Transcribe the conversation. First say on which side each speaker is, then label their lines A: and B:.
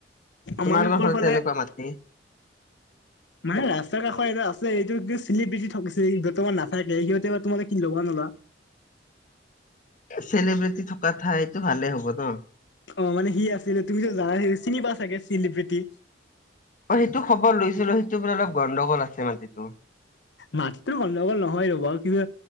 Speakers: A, on the left; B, on the left.
A: তোমালোকৰ
B: আমাৰ সকল ফালে
A: তেনেকুৱা মাটি
B: মানে ৰাস্তা কাষৰ এইটো আছে এইটো চিলি পিটি থকছে বৰ্তমান ন' থাকে সিহঁতে বা তোমে কি লবা নলোৱা
A: চেলিব্ৰেটি থকা ঠাইটো ভালে হ'ব ন
B: অ' মানে সি আছিলে তুমিতো জানাই চিনিবা চাগে চিলিব্ৰেটি
A: অ' সেইটো খবৰ লৈছিলো সেইটো বোলে অলপ গণ্ডগোল আছে মাটিটো
B: মাটিতটো গণ্ডগোল নহয় ৰ'বা কিন্তু